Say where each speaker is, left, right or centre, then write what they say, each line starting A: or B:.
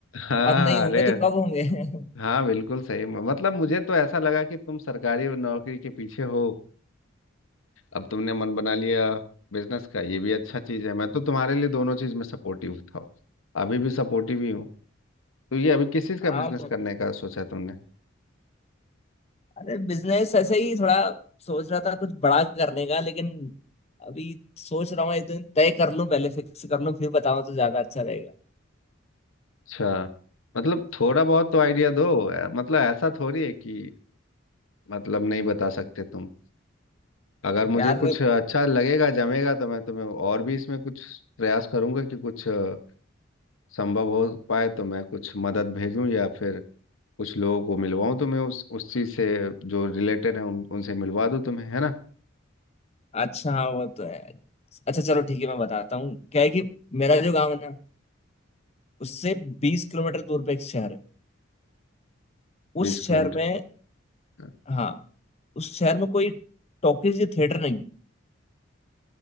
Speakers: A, on the left (about 85°); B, on the left (about 30°).
A: हाँ
B: अब नहीं होंगे
A: अरे
B: तो कब होंगे <laughs>
A: हाँ बिल्कुल सही म- मतलब मुझे तो ऐसा लगा कि तुम सरकारी नौकरी के पीछे हो अब तुमने मन बना लिया बिजनेस का ये भी अच्छा चीज़ है मैं तो तुम्हारे लिए दोनों चीज़ में सपोर्टिव था अभी भी सपोर्टिव ही हूँ तो ये अभी किस चीज़ का
B: हाँ
A: बिजनेस करने का सोचा तुमने
B: अरे बिजनेस ऐसे ही थोड़ा सोच रहा था कुछ बड़ा करने का लेकिन अभी सोच रहा हूँ एक दिन तय कर लूं पहले फिक्स कर लूं फिर बताऊं तो ज्यादा अच्छा रहेगा
A: अच्छा मतलब थोड़ा बहुत तो आइडिया दो ऐ- मतलब ऐसा थोड़ी है कि मतलब नहीं बता सकते तुम अगर मुझे
B: यार
A: कुछ अच्छा लगेगा जमेगा तो मैं तुम्हें और भी इसमें कुछ प्रयास करूंगा कि कुछ अ, संभव हो पाए तो मैं कुछ मदद भेजूं या फिर कुछ लोगों को मिलवाऊं तुम्हें उस उस चीज से जो रिलेटेड है उन, उनसे मिलवा दूं तुम्हें है ना
B: अच्छा हाँ वो तो है अच्छा चलो ठीक है मैं बताता हूँ क्या है कि मेरा जो गाँव है ना उससे बीस किलोमीटर दूर पे एक शहर है उस
A: बीस
B: शहर
A: किलोमीटर
B: में
A: हाँ।
B: हाँ उस शहर में कोई टॉकीज या थिएटर नहीं है